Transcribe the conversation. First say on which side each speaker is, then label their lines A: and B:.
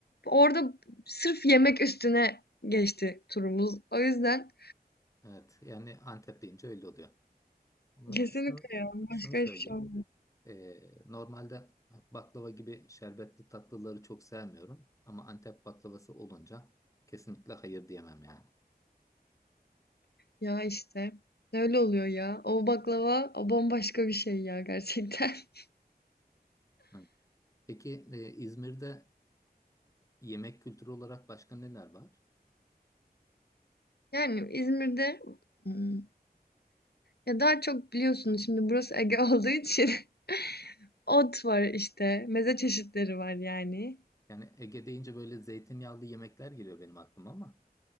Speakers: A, on the left; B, on the left.
A: orada sırf yemek üstüne geçti turumuz. O yüzden
B: Evet. Yani Antep deyince öyle oluyor. Ama
A: Kesinlikle
B: şunu,
A: ya. Başka
B: şunu söyleyeyim.
A: hiçbir şey olmuyor.
B: Ee, normalde baklava gibi şerbetli tatlıları çok sevmiyorum. Ama Antep baklavası olunca kesinlikle hayır diyemem yani.
A: Ya işte. Öyle oluyor ya. O baklava o bambaşka bir şey ya gerçekten. <laughs>
B: Hı. Peki e, İzmir'de yemek kültürü olarak başka neler var?
A: Yani İzmir'de hmm, ya daha çok biliyorsunuz şimdi burası Ege olduğu için <laughs> ot var işte. Meze çeşitleri var yani.
B: Yani Ege deyince böyle zeytinyağlı yemekler geliyor benim aklıma ama